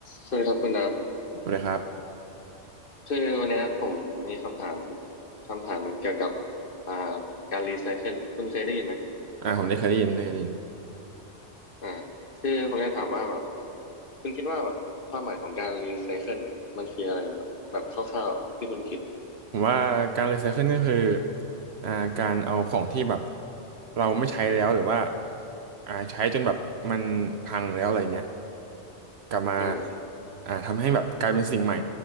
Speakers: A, on the left (about 50°); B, on the right (about 65°).
A: สวัสดีครับคุณดับ
B: เลยครับ
A: คือวันเนี้ยผมมีคำถามคำถามหนึ่งเกี่ยวกับอ่าการรีไซเคิลคุณเคยได้ยินไหม
B: อ่าผมได้เคยได้ยินได้เคยได้ยิน
A: อ่าคือผมจะถามว่าแบบคุณคิดว่าแบบความหมายของการรีไซเคิลเนี่ยมันคืออะไรนะครับแบบคร่าวๆที่คุณคิด
B: ผมว่าการรีไซเคิลก็คืออ่าการเอาของที่แบบเราไม่ใช้แล้วหรือว่าอ่าใช้จนแบบมันพังแล้วอะไรเงี้ยกลับมา
A: อืม
B: อ่าทำให้แบบกลายเป็นสิ่งใหม่